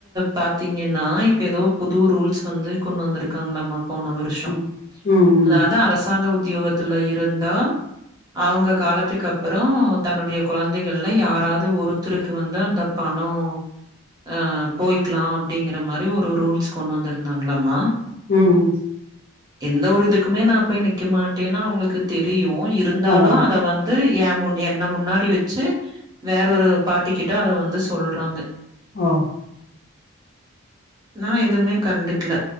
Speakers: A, on the right; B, on the left.
A: பாத்தீங்கன்னா இப்ப எதோ புது ரூல்ஸ் வந்து கொண் வந்திருக்காங்கலாம போன வருஷொ
B: ம் ம் ம்
A: அதாவ்து அரசாங்க உத்தியோகத்துல இருந்தா அவங்க காலத்துக்கு அப்றோ தன்னுடைய கொழந்தைகள்ல யாராவது ஒருத்தருக்கு வந்து அந்த பணோ அ போய்க்லா அப்டிங்கிற மாரி ஒரு ரூல்ஸ் கொண்டு வந்திருந்தாங்லாமா
B: ம்
A: எந்த ஒரு இதுக்குமே நா போய் நிக்க மாட்டேன்னு அவுங்ளுக்கு தெரியு இருந்தாலு
B: அதா அதா
A: அத வந் து ஏமுன் என்ன முன்னாடி வச்சு வேற ஒரு பாட்டி கிட்ட அத வந்து சொல்றாங்க
B: ம்
A: நா எதுவுமே கண்டுக்ல